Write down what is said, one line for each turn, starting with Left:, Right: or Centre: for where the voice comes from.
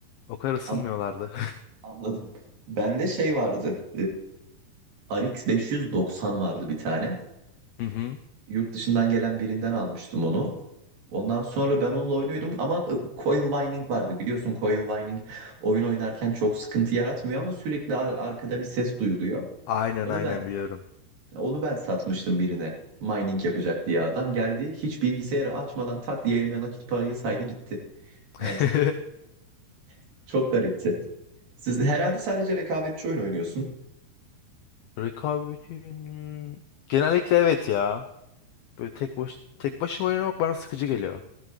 Left: O kadar ısınmıyorlardı.
Right: An- anladım. Bende şey vardı. E, RX 590 vardı bir tane.
Left: <laughs> Hı hı.
Right: Yurt dışından gelen birinden almıştım onu. Ondan sonra ben onunla oynuyordum ama e, coil whining vardı. Biliyorsun coil whining oyun oynarken çok sıkıntı yaratmıyor ama sürekli ar- arkada bir ses duyuluyor.
Left: Aynen
Right: Onu
Left: aynen
Right: ben
Left: biliyorum.
Right: Onu ben satmıştım birine. Mining yapacak diye adam geldi. Hiç bilgisayarı açmadan tak diye elime nakit parayı saydı gitti. Yani
Left: <laughs>
Right: <laughs> çok garipti. Siz herhalde sadece rekabetçi oyun oynuyorsun.
Left: Rekabet'in genellikle evet ya. Böyle tek baş tek başıma oynamak bana sıkıcı geliyor.